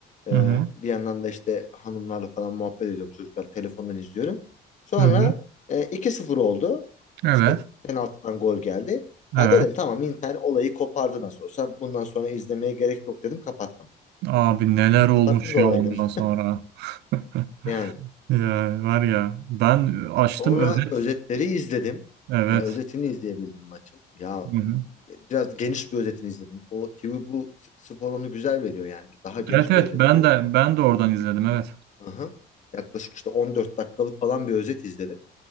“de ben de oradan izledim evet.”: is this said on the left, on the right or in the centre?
Right